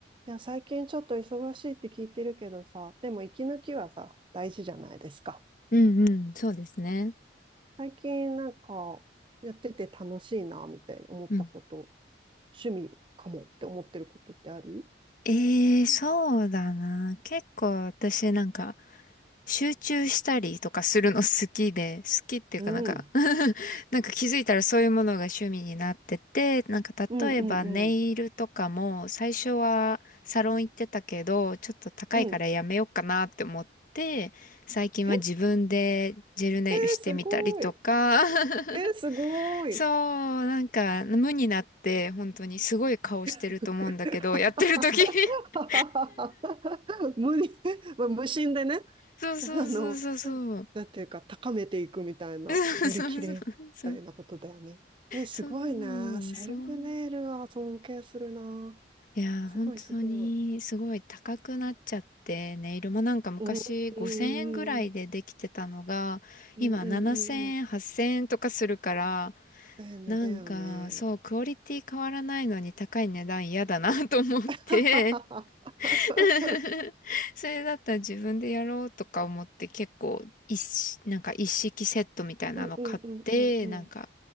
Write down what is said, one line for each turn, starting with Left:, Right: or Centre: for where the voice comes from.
Right: いや、最近ちょっと忙しいって聞いてるけどさ、でも息抜きはさ、大事じゃないですか。
Left: うんうん、そうですね。
Right: 最近なんか、やってて楽しいな、みたいに思ったこと、
Left: うん。
Right: 趣味かもって思ってることってある
Left: えーそうだな。結構私なんか集中したりとかするの好きで、好きっていうかなんか
Right: うん。
Left: <laughs> なんか気づいたらそういうものが趣味になってて、なんか例えばネイルとかも最初はサロン行ってたけど、
Right: うんうんうん。
Left: ちょっと高いからやめようかなって思って、
Right: うん。
Left: 最近は自分でジェルネイルしてみたりとか
Right: え、えーすごい。え
Left: <laughs>
Right: ーすごい。
Left: そう、なんか無になって本当にすごい顔してると思うんだけど、
Right: <laughs>
Left: <laughs> やってる時 <laughs>
Right: 無理、<laughs> まあ、無心でね、
Left: そうそうそうそうそう。
Right: あの、なんていうか、高めていくみたいな、
Left: <laughs> そうそうそう。
Right: より綺麗みたいなことだよね。え、すごいね。
Left: そ
Right: セルフネイルは尊敬するな。
Left: うそう。いや本当にすごい高くなっちゃって、
Right: すごいすごい。
Left: ネイルもなんか昔5000円ぐらいでできてたのが、
Right: うん、うん、うん、うん、
Left: 今7000円、
Right: うん、うんうん。
Left: 8000円とかするから、
Right: だよね、
Left: なんかそう、
Right: だよね。
Left: クオリティ変わらないのに高い値段嫌だなと思って、
Right: <laughs> ははは
Left: <laughs>
Right: は。
Left: それだったら自分でやろうとか思って結構一式、なんか一式セットみたいなの買って、
Right: うん、うん、うん、うん、うん。
Left: なんか